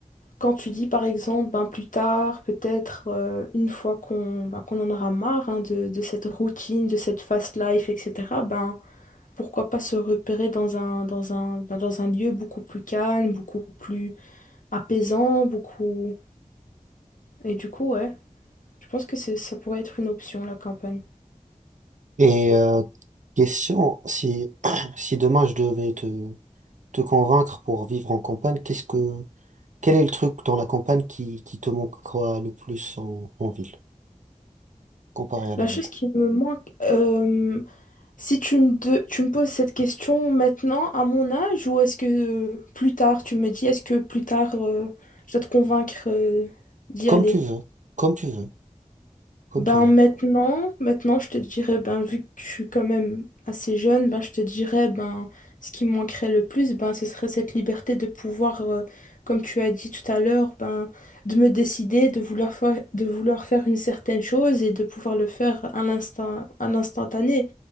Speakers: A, on the left (about 85°); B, on the right (about 70°).
A: quand tu dis par exemple, ben, plus tard, peut-être euh, une fois qu'on ben, qu'on en aura marre hein, de, de cette routine, de cette fast life, etc., ben, pourquoi pas se repérer dans un, dans un, bah, dans un lieu beaucoup plus calme, beaucoup plus apaisant, beaucoup... Et du coup, ouais, je pense que c'est, ça pourrait être une option, la campagne.
B: Et euh, question, si <clears throat> si demain je devais te te convaincre pour vivre en campagne, qu'est-ce que quel est le truc dans la campagne qui qui te manquera le plus en, en ville comparé à la
A: La
B: ville?
A: chose qui me manque, euh, si tu me, de- tu me poses cette question maintenant, à mon âge, ou est-ce que euh, plus tard, tu me dis, est-ce que plus tard, euh, je dois te convaincre euh, d'y
B: Comme
A: aller?
B: tu veux, comme tu veux, comme
A: Ben
B: tu veux.
A: maintenant, maintenant je te dirais, ben vu que je suis quand même assez jeune, ben je te dirais, ben ce qui me manquerait le plus, ben ce serait cette liberté de pouvoir, euh, comme tu as dit tout à l'heure, ben de me décider, de vouloir faire, de vouloir faire une certaine chose et de pouvoir le faire à l'instant, à l'instantané.